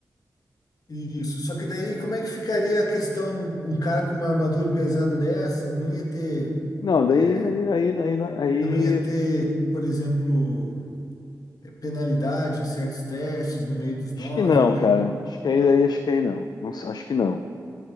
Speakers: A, on the left (about 65°); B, on the left (about 80°).
A: Isso. Só que daí, como é que ficaria a questão, um cara com uma armadura pesada dessa, não ia ter,
B: Não, daí,
A: é,
B: aí, aí, aí, não- aí-
A: não ia ter, por exemplo, é, penalidade em certos testes no meio dos nós
B: acho que não,
A: ali?
B: cara. Acho que aí, aí acho que aí não. Não sei, acho que não.